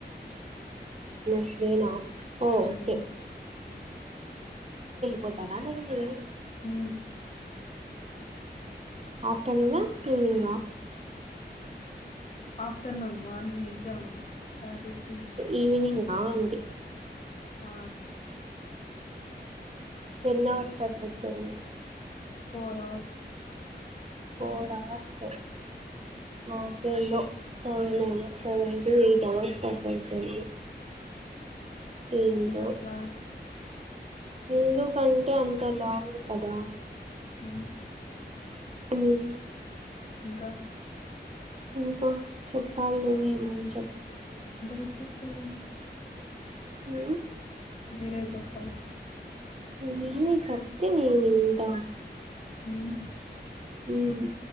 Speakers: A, on the right (about 35°); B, on the left (about 40°).
A: స్వేనాఓఓకేా
B: హ్మ్.
A: పోతరా మ మీరు
B: అ
A: ఆఫటర్నూనా ఈవనింగ్
B: ఆఫ్టర్నూన్ మార్నింగ్ ఎగ్జామ్ ఉంది రాసేసి
A: ఈవినింగ్లా అండి
B: ఆ
A: ఎన్ అవర్స్ పడుతు journey
B: four hours
A: four hours
B: హ్మ్.
A: నా ఫోలో seven hours seven to eight hours పద్దం జరింది ఏడు
B: ఎందుకట్లా?
A: ఏడు ఎ క అంత లాంగ్ కదా
B: అ
A: అ
B: ఇంకా
A: ఇంకా చెప్పాలి నువ్వే ఏమైన
B: యే అంతరిచ్ తను
A: లో
B: మీరే చెప్పల
A: నేన్నేం చెప్తే నేను వింటాను
B: మ్మ్
A: మ్మ్